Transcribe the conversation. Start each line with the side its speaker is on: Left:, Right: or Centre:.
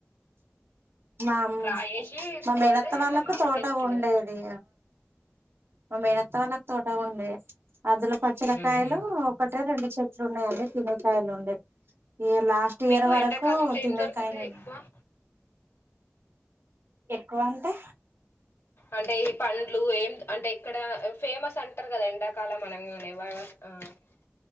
Right: మామ్
Left: రాయేసి
Right: మా మేనత్త
Left: కొడితే
Right: వాళ్ళకు
Left: మామిడికాయ
Right: తోట
Left: కింద
Right: ఉండేది
Left: పడతాయి
Right: మ మేడత్త వాళ్ళకి తోటగాండే అందులో పచ్చలకాయలు
Left: ఉహు
Right: ఒకటే రెండు త్రన్నా అదే తిన్నకయలుంది ఈ లాస్ట్ ఇయర్
Left: మీకు
Right: వరకు
Left: ఎండాకాలంలో
Right: తినేకాయలు
Left: ఏం దొరుకుతాయి ఎక్కువ
Right: ఎక్కువ అంటే
Left: అంటే ఈ పండ్లు ఏం అంటే ఇక్కడ ఫేమస్ అంటారు కదా ఎండాకాలం మనంగానే వ